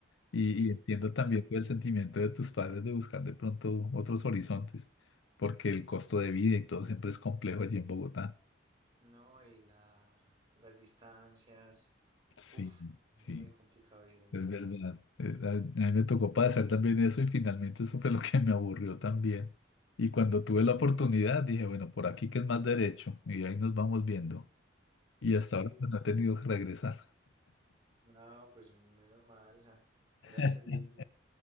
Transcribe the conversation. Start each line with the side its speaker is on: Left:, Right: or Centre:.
Left: Y,
Right: Sí,
Left: y entiendo también
Right: las dis-
Left: pues, el sentimiento de tus padres de buscar de pronto otros horizontes, porque el costo de vida y todo siempre es complejo allí en Bogotá.
Right: No, y la, las distancias,
Left: Sí,
Right: uff,
Left: sí,
Right: es muy complicado vivir en
Left: es
Right: Bogotá.
Left: verdad. Eh, A a mí me tocó pasar también eso y finalmente eso fue lo que me aburrió también. Y cuando tuve la oportunidad dije, bueno, por aquí que es más derecho y ahí nos vamos viendo. Y hasta
Right: Sí,
Left: ahora pues, no he tenido que regresar.
Right: no, pues menos mal, ja. Gracias
Left: <laughs>
Right: a Dios, sí.